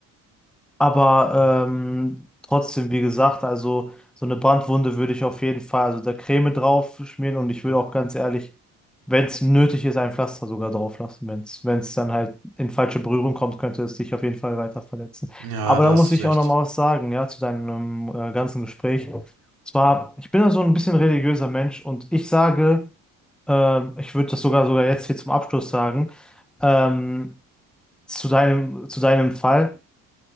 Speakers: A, in the centre; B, on the right (about 85°).
A: Aber ähm, trotzdem, wie gesagt, also so eine Brandwunde würde ich auf jeden Fall, also da Creme drauf schmieren und ich würde auch ganz ehrlich, wenn es nötig ist, ein Pflaster sogar drauf lassen. Wenn es, wenn es dann halt in falsche Berührung kommt, könnte es dich auf jeden Fall weiter verletzen.
B: ja,
A: Aber
B: da
A: da
B: hast
A: muss ich
B: du recht.
A: auch noch mal was sagen, ja, zu deinem äh, ganzen Gespräch. Und zwar, ich bin ja so ein bisschen religiöser Mensch und ich sage, ähm, ich würde das sogar sogar jetzt hier zum Abschluss sagen, ähm, zu deinem, zu deinem Fall,